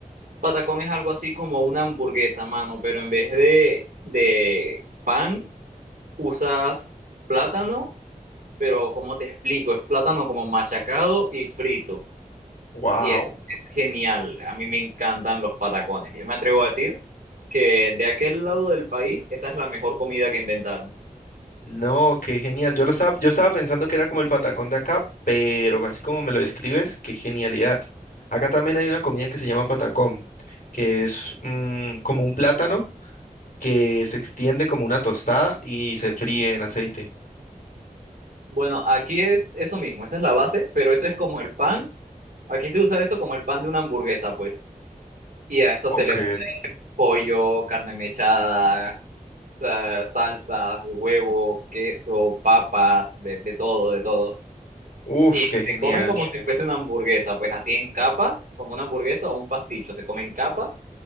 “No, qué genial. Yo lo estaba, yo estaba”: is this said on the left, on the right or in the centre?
Left